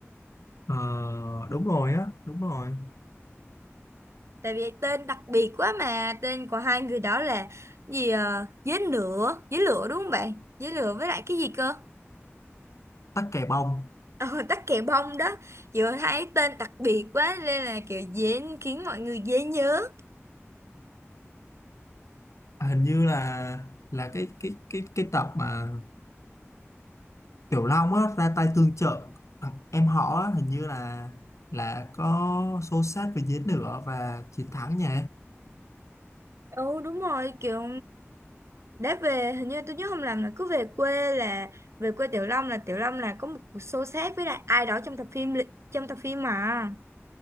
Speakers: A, on the left (about 90°); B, on the right (about 70°).
A: Ờ, đúng rồi á đúng rồi
B: Tại vì tên đặc biệt quá mà tên của hai người đó là gì à? Dế lửa, dế lửa đúng không bạn? Dế lửa với lại cái gì cơ?
A: Tắc Kè Bông
B: Ờ, tắc kè bông đó. Vừa thấy tên đặc biệt quá nên là kiểu dễ khiến mọi người dễ nhớ.
A: À, hình như là là cái cái cái cái tập mà Tiểu Long á ra tay tương trợ thằng em họ á, hình như là là có xô xát với dế nữa và chiến thắng nhỉ
B: ừ đúng rồi kiểu đã về hình như tôi nhớ không làm là cứ về quê là về quê Tiểu Long là Tiểu Long là có một cuộc xô xát với lại ai đó trong tập phim li- trong tập phim mà